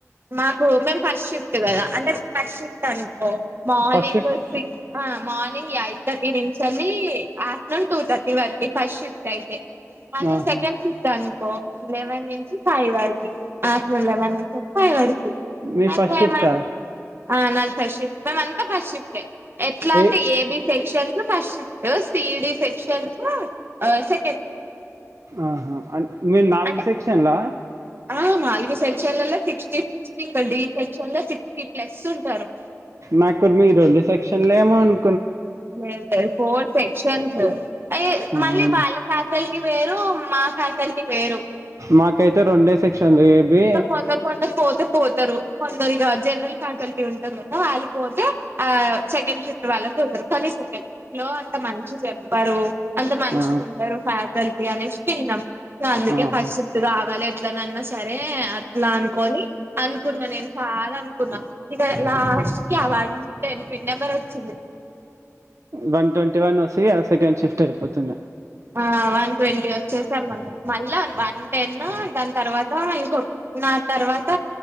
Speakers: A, on the right; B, on the right.
A: మాకు మేం ఫస్ట్ షిఫ్ట్ కదా అంటే ఫస్ట్ షిఫ్ట్ అనుకో మార్నింగ్
B: ఫస్ట్ షిఫ్ట్
A: సిక్స్ ఆ మార్ని ది అయిథర్టీ నుంచేలీ ఆఫ్టర్నూన్ టూ తర్టీ వరకు ఫస్ట్ షిఫ్ట్ అయితే అదే
B: ఆహా.
A: సెకండ్ ఫిఫ్త్ అనుకో లెవెన్ నుంచి ఫైవ్ వారకి ఆఫ్టర్ లెవెన్ ఫై వరకి
B: మీరు
A: అప్పుడు
B: ఫస్ట్ షిఫ్టా
A: ఏమైన్ ఆ నా ఫస్ట్ షిఫ్ మీము అంతా ఫస్ట్ ిఫ్టే ఎట్లా
B: ఏ
A: అంటే AB section first shift ED sections ఆ సే
B: ఆహా అ మీయి నాలుగు
A: అంటే
B: సెక్షన్లా
A: ఆ నాలుగు సెక్షన్లలో సిక్స్టీ సిక్స్టీ ఇంకా డి సెక్షన్ లో సిక్స్టీ ప్లస్ ఉంటారు
B: నాకు మీ రెండు సెక్షన్ లేమో అను
A: లేదు లేదు ఫోర్ సెక్షన్స్ యి అ
B: ఆ,
A: మళ్ళీ
B: అవును
A: వాళ్ళ ఫ్యాకల్టీ వేరు మా ఫ్యాకల్టీ వేరు
B: మాకైతే రెండే సెక్షన్లు ఏబి
A: ఇంకా కొందరు కొందరు పోతే పోతారు కొందరు ఇగ జనరల్ ఫ్యాకల్టీ ఉంటారు కదా వాళ్ళు పోతే ఆ సెకండ్ షిఫ్ట్ వాళ్ళకి పోతారు కానీ సెకండ్ షిఫ్ట్ లో లో అంత మంచిగ చెప్పారు అంత మంచిగా
B: ఆ
A: ఉండరు ఫ్యాకల్టీ అనేసి విన్నాం ఇగ అందుకే
B: ఆహా
A: ఫస్ట్ షిఫ్ట్ కావాలే అట్లనన్న సరే అట్లా అనుకోని అనుకున్నా నేను చాలా అనుకున్నా ఇగ లాస్ట్ కి వన్ టెన్ పిన్ నెంబర్ వచ్చింది
B: వన్ ట్వంటీ వన్ వస్తే ఇగ సెకండ్ షిఫ్ట్ అయిపోతుండే
A: ఆ వన్ ట్వంటీ వచ్చేసాం మళ్ళ మళ్ళా వన్ టెన్ దాని తర్వాత ఇంకొట్ దాని తర్వాత